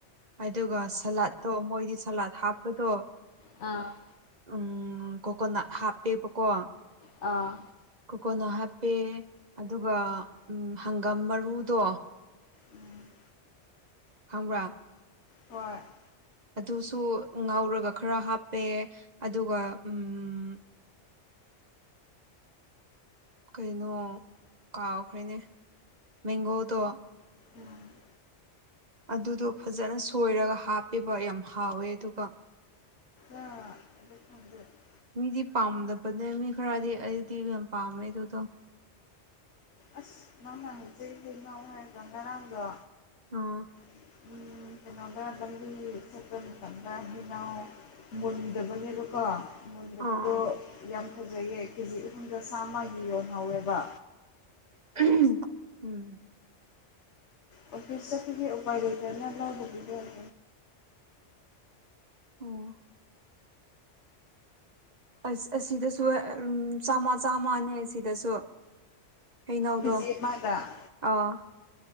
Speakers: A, on the right; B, on the left.
A: ꯑꯗꯨꯒ ꯁꯂꯥꯠꯇꯣ ꯃꯣꯏꯗꯤ ꯁꯂꯥꯠ ꯍꯥꯞꯄꯗꯣ
B: ꯑꯥ
A: ꯎꯝ ꯀꯣꯀꯣꯅꯥꯠ ꯍꯥꯞꯄꯦꯕꯀꯣ
B: ꯑꯥ
A: ꯀꯣꯀꯣꯅꯠ ꯍꯥꯞꯄꯦ ꯑꯗꯨꯒ ꯎ ꯍꯪꯒꯥꯝ ꯃꯔꯨꯗꯣ
B: ꯎꯝ
A: ꯈꯪꯕꯔꯥ
B: ꯍꯏ <unintelligible>
A: ꯑꯗꯨꯁꯨ ꯉꯥꯎꯔꯒ ꯈꯔ ꯍꯥꯞꯄꯦ ꯑꯗꯨꯒ ꯎꯝ ꯀꯩꯅꯣ ꯀꯥꯎꯈ꯭ꯔꯦꯅꯦ ꯃꯦꯡꯒꯣꯗꯣ
B: ꯎꯝ
A: ꯑꯗꯨꯗꯣ ꯐꯖꯅ ꯁꯣꯏꯔꯒ ꯍꯥꯞꯄꯤꯕ ꯌꯥꯝ ꯍꯥꯎꯋꯦ ꯑꯗꯨꯒ
B: ꯑ ꯑꯗꯨ ꯐꯗ <unintelligible>
A: ꯃꯤꯗꯤ ꯄꯥꯝꯗꯕꯅꯦ ꯃꯤ ꯈꯔꯗꯤ ꯑꯩꯗꯤ ꯌꯥꯝ ꯄꯥꯝꯃꯦ ꯑꯗꯨꯗꯣ
B: ꯑꯁ ꯅꯪꯅ ꯍꯧꯆꯛꯁꯅꯥꯎ ꯍꯥꯏꯗ꯭ꯔꯣ ꯉꯔꯥꯡꯗꯣ
A: ꯑꯣ
B: <unintelligible> ꯀꯩꯅꯣꯗꯗꯤ ꯁꯥꯏꯀꯜꯗ ꯍꯅꯥꯎ ꯃꯨꯟꯗꯕꯅꯦꯕꯀꯣ ꯃꯨꯟꯗꯕꯗꯣ
A: ꯑꯥ
B: ꯌꯥꯝ ꯐꯖꯩꯌꯦꯦ ꯀꯦꯖꯤ ꯑꯍꯨꯝꯗ ꯆꯥꯝꯃꯒꯤ ꯌꯣꯟꯍꯧꯋꯦꯕ
A: <unintelligible> ꯎꯝ
B: ꯑꯣꯐꯤꯁ ꯆꯠꯄꯒꯤ ꯎꯄꯥꯏ ꯂꯩꯇꯅ ꯂꯧꯕꯗꯅꯤ
A: ꯑꯣ ꯑꯁ ꯑꯁꯤꯗꯁꯨ ꯎ ꯆꯥꯝꯃ ꯆꯥꯝꯃꯅꯦ ꯑꯁꯤꯗꯁꯨ ꯍꯩꯅꯧꯗꯣ
B: ꯀꯦꯖꯤ ꯑꯃꯗ
A: ꯑꯥ